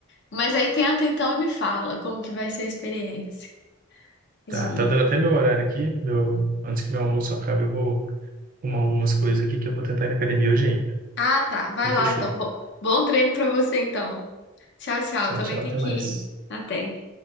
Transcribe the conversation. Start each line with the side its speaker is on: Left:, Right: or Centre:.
Left: Mas aí tenta então e me fala como que vai ser a experiência de
Right: Tá,
Left: ir.
Right: tá dando até meu horário aqui, meu, antes que meu almoço acabe, eu vou uma, umas coisas aqui que eu vou tentar ir na academia hoje ainda.
Left: Ah, tá. Vai
Right: Então,
Left: lá
Right: fechou.
Left: então. Bom, bom treino pra você então. Tchau, tchau.
Right: Tchau,
Left: Também
Right: tchau.
Left: tem
Right: Até
Left: que
Right: mais.
Left: ir. Até.